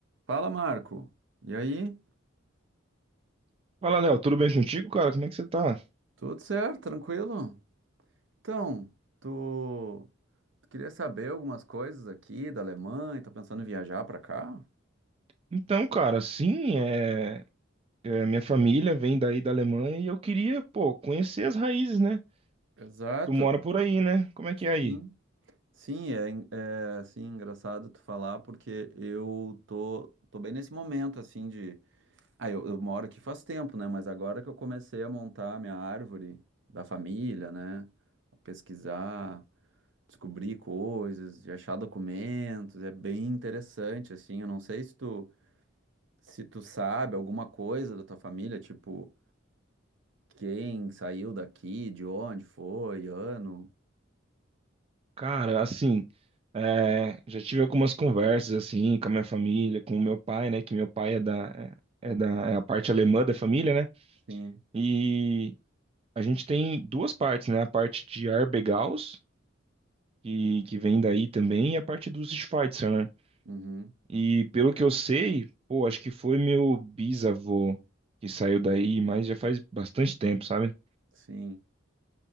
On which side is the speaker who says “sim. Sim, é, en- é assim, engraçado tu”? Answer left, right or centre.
Right